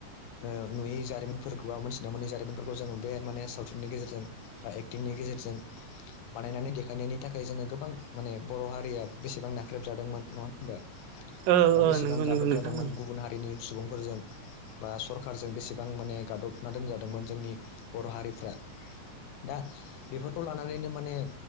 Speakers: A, on the left; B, on the right.
A: ओ नुयि जारिमिनफोरखौ बा मोनथिना मोनै जारिमिनफोरखौ जों बे माने सावथुननि गेजेरजों बा एक्टिंनि गेजेर जों बानायनानै देखायनायनि थाखाय जोङो गोबां माने बर' हारिया बेसेबां नाख्रेबजादोंमोन <unintelligible> होनबा
B: ओ
A: बा
B: ओ
A: बेसेबां
B: नंगौ
A: गादब
B: नंगौ नोंथां
A: जादोंमोन
B: ओ
A: गुबुन हारिनि सु बा सरखारारजों बेसेबां माने गादबना दोनजादोंमोन जोंनि बर' हारिफ्रा दा बेफोरखौ लानानैनो माने